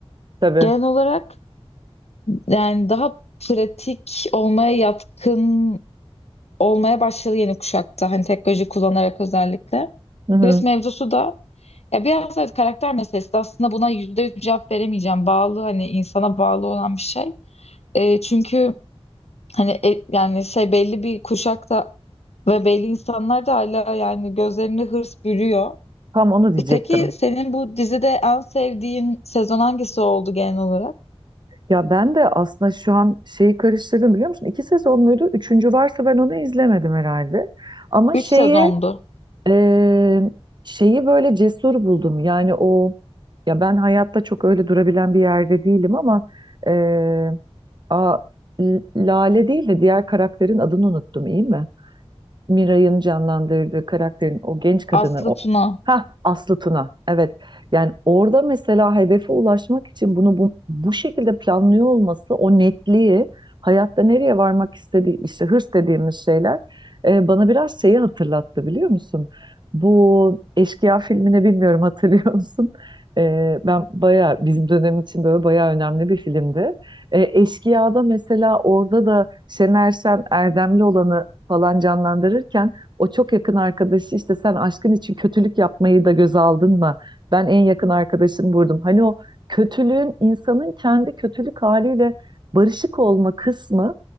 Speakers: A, on the right (about 45°); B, on the left (about 80°).
A: tabii.
B: Genel olarak yani daha pratik olmaya yatkın olmaya başladı yeni kuşakta. Hani teknoloji kullanarak özellikle.
A: Hı hı.
B: Hırs mevzusu da ya biraz evet karakter meselesi de aslında buna yüzde yüz bir cevap veremeyeceğim. Bağlı hani insana bağlı olan bir şey. E, çünkü hani e- yani şey belli bir kuşakta ve belli insanlar da hala yani gözlerini hırs bürüyor.
A: Tam onu diyecektim.
B: E, Peki senin bu dizide en sevdiğin sezon hangisi oldu genel olarak?
A: Ya ben de aslında şu an şeyi karıştırdım biliyor musun? İki sezon muydu? Üçüncü varsa ben onu izlemedim herhalde. Ama
B: 3
A: şeyi
B: sezondu.
A: e, şeyi böyle cesur buldum. Yani o Ya ben hayatta çok öyle durabilen bir yerde değilim ama eee, a, L- Lale değil de diğer karakterin adını unuttum iyi mi? Miray'ın canlandırdığı karakterin o genç kadını
B: Aslı
A: o
B: Tuna.
A: ha Aslı Tuna evet yani orada mesela hedefe ulaşmak için bunu bu, bu şekilde planlıyor olması o netliği hayatta nereye varmak istediği işte hırs dediğimiz şeyler e, bana biraz şeyi hatırlattı biliyor musun? Bu Eşkıya filmini bilmiyorum <laughs> hatırlıyor musun? E, ben bayağı bizim dönem için böyle bayağı önemli bir filmdi. E, Eşkıya'da mesela orada da Şener Şen Erdemli olanı falan canlandırırken o çok yakın arkadaşı işte sen aşkın için kötülük yapmayı da göze aldın mı? Ben en yakın arkadaşım vurdum. Hani o kötülüğün insanın kendi kötülük haliyle barışık olma kısmı